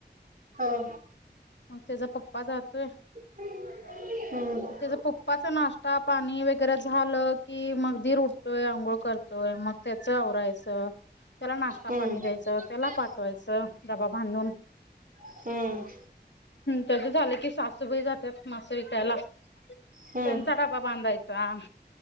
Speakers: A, on the right; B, on the left.
A: हो.
B: मग त्याचा पप्पा जातोय.
A: हम्म.
B: त्याच पप्पाच नाश्ता पाणी वगैरे झालं की, मग दीर उठतोय आंघोळ कर होय मग त्याच आवराायचं. त्याला नाश्ता
A: हम्म
B: पाणी द्यायचं, त्याला पाठवायचं डबा बांधून.
A: हम्म
B: त्याचं झालं की सास सुभई जात्यात मासं विकायला, त्यांचा
A: हम्म
B: डाबा बांधायचा.